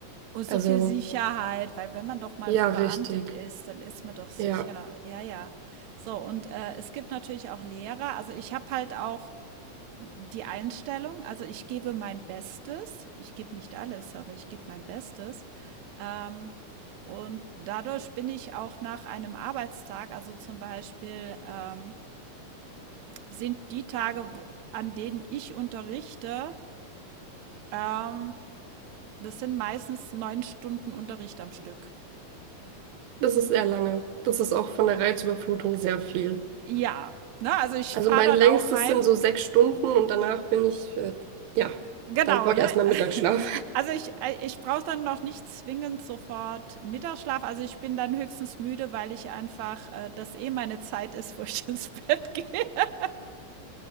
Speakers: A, on the right; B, on the right.
A: Und so
B: Also
A: viel Sicherheit, weil wenn man doch mal
B: ja,
A: verbeamtet
B: richtig.
A: ist, dann ist man doch sicher.
B: Ja,
A: Ja, ja. So, und äh, es gibt natürlich auch Lehrer. Also ich habe halt auch die Einstellung, also ich gebe mein Bestes. Ich gebe nicht alles, aber ich gebe mein Bestes. Ähm, und dadurch bin ich auch nach einem Arbeitstag, also zum Beispiel ähm, sind die Tage, wo- an denen ich unterrichte, ähm, das sind meistens neun Stunden Unterricht am Stück.
B: das ist sehr lange. Das ist auch von der Reizüberflutung sehr viel.
A: Ja, ne, also ich
B: Also
A: fahre
B: mein
A: dann
B: längstes
A: auch heim.
B: sind so sechs Stunden und danach bin ich, äh, ja,
A: Genau,
B: dann brauche
A: ne?
B: ich erstmal
A: <laughs>
B: Mittagsschlaf.
A: Also ich ei ich brauche dann noch nicht zwingend sofort Mittagsschlaf. Also, ich bin dann höchstens müde, weil ich einfach, äh das eh meine Zeit ist, wo ich <laughs> ins Bett gehe, <laughs>